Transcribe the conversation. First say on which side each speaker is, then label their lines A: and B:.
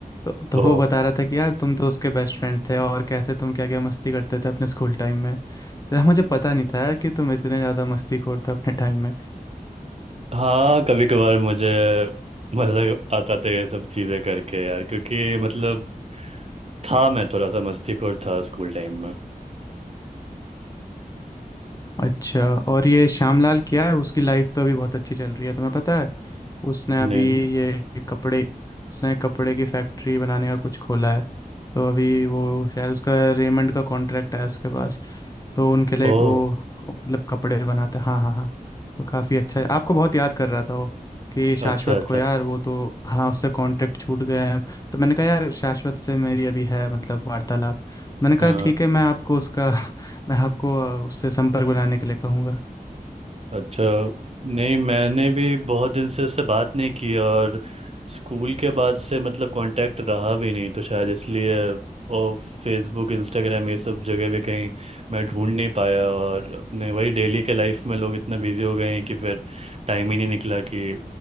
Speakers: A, on the left; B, on the right.
A: तो तो
B: ओ
A: वो बता रहा था कि यार तुम तो उसके बेस्ट फ्रेंड थे और कैसे तुम क्या क्या मस्ती करते थे अपने स्कूल टाइम में तो यार मुझे पता नहीं था यार कि तुम इतने ज़्यादा मस्ती खोर थे अपने टाइम में
B: हाँ कभी कभार मुझे मज़ा आता था ये सब चीज़ें करके यार क्योंकि मतलब था मैं थोड़ा सा मस्तीखोर था स्कूल टाइम में
A: अच्छा और ये श्यामलाल क्या है उसकी लाइफ तो अभी बहुत अच्छी चल रही है तुम्हें पता है उसने
B: नहीं
A: अभी
B: नहीं
A: ये कपड़े उसने कपड़े की फैक्ट्री बनाने का कुछ खोला है तो अभी वो शायद उसका रेमंड का कॉन्ट्रैक्ट है उसके पास तो उनके लिए
B: ओ
A: वो मतलब कपड़े बनाता है हाँ हाँ हाँ तो काफ़ी अच्छा है आपको बहुत याद कर रहा था वो कि शाश्वत
B: अच्छा
A: को यार वो तो हाँ उससे कॉन्ट्रैक्ट छूट गए हैं तो मैंने कहा यार शाश्वत से मेरी अभी है मतलब वार्तालाप मैंने कहा
B: अच्छा
A: ठीक है मैं आपको उसका मैं आपको अ, उससे संपर्क बनाने के लिए कहूँगा
B: अच्छा नहीं मैंने भी बहुत दिन से उससे बात नहीं की और स्कूल के बाद से मतलब कांटेक्ट रहा भी नहीं तो शायद इसलिए और फेसबुक इंस्टाग्राम ये सब जगह भी कहीं मैं ढूंढ नहीं पाया और अपने वही डेली के लाइफ में लोग इतना बिजी हो गए हैं कि फिर टाइम ही नहीं निकला कि